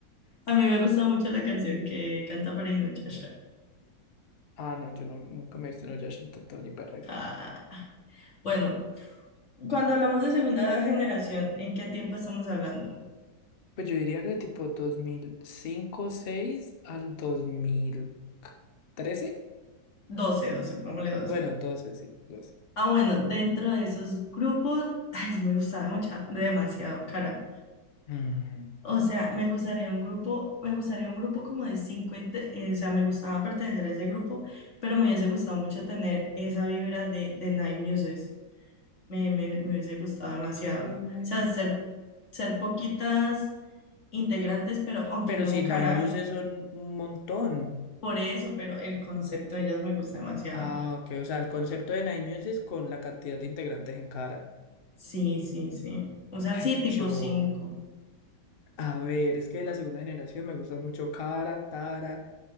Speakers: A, on the left; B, on the left.
A: A mí me gusta mucho la canción que canta para Inuyasha.
B: Ah, no, yo no, nunca me he visto en Oyasha, entonces ni perra idea.
A: Ah, bueno, cuando hablamos de segunda generación, ¿en qué tiempo estamos hablando?
B: Pues yo diría que tipo dos mil cinco seis al dos mil trece
A: Doce, doce, pongámosle 12.
B: Bueno, doce sí, doce
A: Ah, bueno, dentro de esos grupos, ay, me gustaba mucha- demasiado, cara.
B: Mm.
A: O sea, me gustaría un grupo, me gustaría un grupo como de 50, eh, o sea, me gustaba pertenecer a ese grupo, pero me hubiese gustado mucho tener esa vibra de, de Night Muses. Me, me, me hubiese gustado demasiado.
B: No, no,
A: O
B: no.
A: sea, ser, ser poquitas integrantes, pero aunque
B: Pero
A: no,
B: si
A: cara,
B: Nine Muse son un montón.
A: por eso, pero el concepto de ellas me gusta demasiado.
B: Ah, ok. O sea, el concepto de Nine Muse es con la cantidad de integrantes en Cara.
A: Sí, sí, sí. O sea,
B: Ay,
A: sí, tipo
B: yo.
A: 5.
B: A ver, es que de la segunda generación me gusta mucho Cara, Tara,